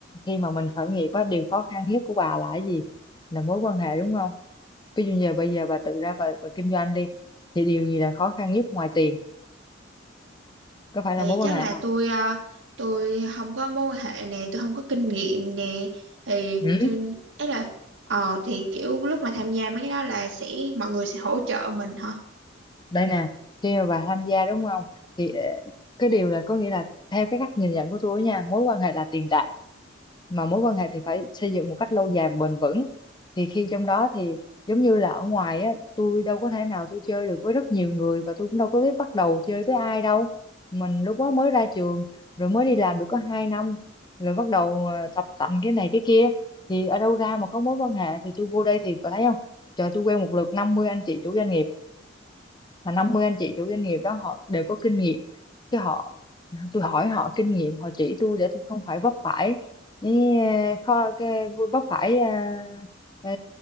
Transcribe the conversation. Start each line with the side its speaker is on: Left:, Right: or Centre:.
Left: khi mà mình khởi nghiệp á điều khó khăn nhất của bà là cái gì là mối quan hệ đúng không ví dụ giờ bây giờ bà tự ra bà, bà kinh doanh đi thì điều gì là khó khăn nhất ngoài tiền có phải
Right: thì
Left: là mối quan
Right: chắc
Left: hệ
Right: là
Left: không
Right: tôi ờ, tôi không có mối quan hệ nè tôi không có kinh nghiệm nè thì
Left: ừ?
Right: tôi ấy là ờ thì kiểu lúc mà tham gia mấy cái đó là sẽ mọi người sẽ hỗ trợ mình hả
Left: đây nè khi mà bà tham gia đúng không thì ờ, cái điều là có nghĩa là theo cái cách nhìn nhận của tôi nha mối quan hệ là tiền tệ mà mối quan hệ thì phải xây dựng một cách lâu dài và bền vững thì khi trong đó thì giống như là ở ngoài á tôi đâu có thể nào tôi chơi được với rất nhiều người và tôi cũng đâu có biết bắt đầu chơi với ai đâu mình lúc đó mới ra trường rồi mới đi làm được có hai năm rồi bắt đầu ờ, tập tành cái này cái kia thì ở đâu ra mà có mối quan hệ thì tôi vô đây thì bà thấy không trời tôi quen một lượt 50 anh chị chủ doanh nghiệp mà 50 anh chị chủ doanh nghiệp đó họ đều có kinh nghiệm chứ họ tôi hỏi họ kinh nghiệm họ chỉ tôi để tôi không phải vấp phải những ờ, kho cái vấp phải ờ, ờ,